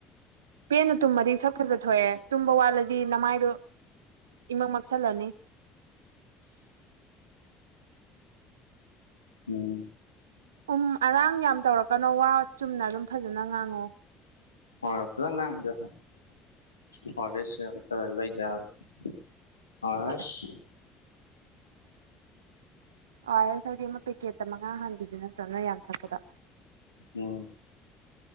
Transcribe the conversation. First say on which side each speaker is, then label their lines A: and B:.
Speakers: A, on the right; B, on the left.
A: ꯄꯦꯟꯅ ꯇꯨꯝꯃꯗꯤ ꯁꯛ ꯐꯖ ꯊꯣꯛꯑꯦ ꯇꯨꯝꯕ ꯋꯥꯠꯂꯒ ꯑꯗꯨꯗꯤ ꯅꯃꯥꯏꯗꯣ ꯏꯃꯪ ꯃꯛꯁꯜꯂꯅꯤ
B: ꯎꯝ
A: ꯎꯝ ꯑꯔꯥꯡ ꯌꯥꯝ ꯇꯧꯔꯛꯀꯅꯣ ꯋꯥ ꯆꯨꯝꯅ ꯑꯗꯨꯝ ꯐꯖꯅ ꯉꯥꯡꯉꯣ
B: ꯍ ꯐꯖ ꯉꯥꯡꯗꯣ ꯐꯔꯦꯁ ꯈꯔ ꯂꯩꯗ ꯌꯥꯔꯔꫭꯏ
A: ꯑꯣ
B: ꯑꯁ
A: ꯑꯥꯏꯔꯁ ꯍꯥꯏꯗꯤ ꯑꯃ ꯄꯦꯀꯦꯠꯇ ꯃꯉꯥ ꯍꯥꯟꯕꯕꯤꯗꯨ ꯅꯠꯇ꯭ꯔꯅ ꯌꯥꯝ ꯊꯛꯄꯗ
B: ꯎꯝ